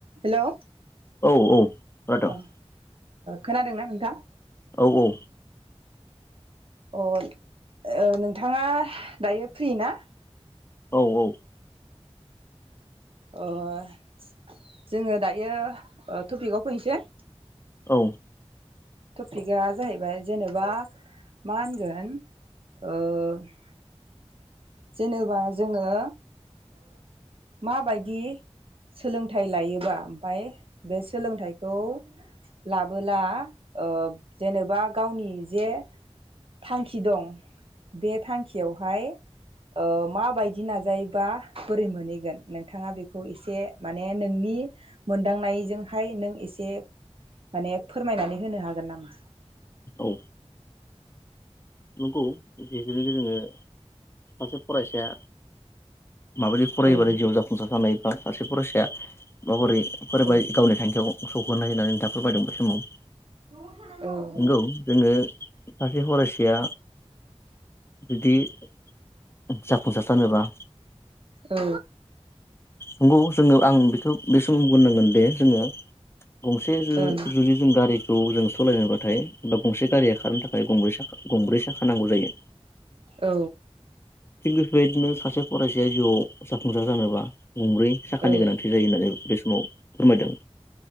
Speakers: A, on the right; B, on the left.
A: Hello
B: औ औ खोनादों
A: ओ खोनादोंना नोंथां
B: औ औ
A: अ नोंथाङा दायो फ्रि ना
B: औ औ
A: ओ जोङो दायो टपिगाव फैनोसै
B: औ
A: टपिकआ जाहैबाय जेनेबा मा होनगोन ओ जेनेबा जोङो माबायदि सोलोंथाइ लायोबा ओमफाय बे सोलोंथाइखौ लाबोला ओ जेनेबा गावनि जे थांखि दं बे थांखियावहाय ओ माबायदि नाजायोबा बोरै मोनहैगोन नोंथाङा बेखौ एसे माने नोंनि मोनदांनायजोंहाय नों एसे माने फोरमायनानै होनो हागोन नामा?
B: औ नंगौ जिखिनि जोङो सासे फरायसाया माबायदि फरायोबा
A: ओं
B: जिउआव जाफुंसार थानाय बा सासे फरायसाया माबोरै फरायबाय
A: औ
B: गावनि थांखियाव सौहैनो हायो होनायनानै नोंथाङा फोरमायदों बे समाव।
A: औ
B: नौ जोंङो सासे फरायसया जुदि जाफुंसार जानोबा
A: औ
B: नंगौ जोंङो आं बेखौ बे सम बुं बुंनांगोन दे जोंङो गंसे ज
A: ओं
B: जुदि जों गारिखौ जों सालायनोबाथाय बा गंसे गारिया खारनो थाखाय गंब्रै साख गंब्रै साखा नांगौ जायो।
A: औ
B: थिग बेफोरबायदिनो सासे फरायसाया जिउआव जाफुंसार जानोबा गंब्रै साखानि
A: ओं
B: गोनांथि जायो होननानै बे समाव फोरमायदों